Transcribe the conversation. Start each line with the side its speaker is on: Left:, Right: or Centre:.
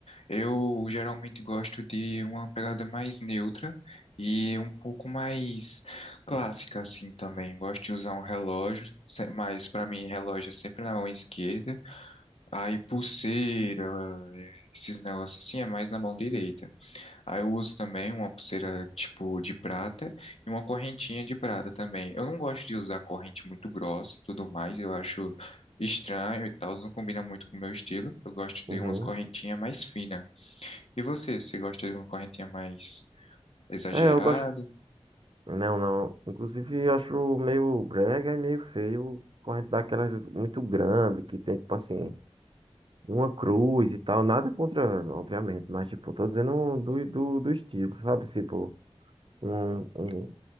Left: Eu geralmente gosto de uma pegada mais neutra e um pouco mais clássica assim também. Gosto de usar um relógio, se- mas para mim relógio é sempre na mão esquerda. Aí pulseira, eh, esses negócios assim é mais na mão direita. Aí eu uso também uma pulseira tipo de prata e uma correntinha de prata também. Eu não gosto de usar corrente muito grossa e tudo mais, eu acho estranho e tal, não combina muito com o meu estilo. Eu gosto
Right: Uhum.
Left: de umas correntinhas mais finas. E você, você gosta de uma correntinha mais exagerada?
Right: É, eu gosto. Não, não. Inclusive, eu acho meio brega e meio feio corrente daquelas muito grande que tem, tipo assim, uma cruz e tal. Nada contra, obviamente, mas, tipo, tô dizendo do, do, do estilo, sabe? Tipo, um, um,